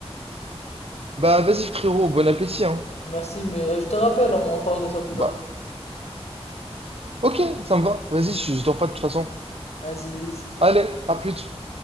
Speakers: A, on the right; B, on the left.
A: bah vas-y, frérot, bon appétit, hein.
B: Merci, mais euh, je te rappelle, on, on parle de ça plus
A: Bah,
B: tard.
A: ok, ça me va. Vas-y, je, je dors pas de toute façon.
B: Vas-y,
A: Allez, à plus.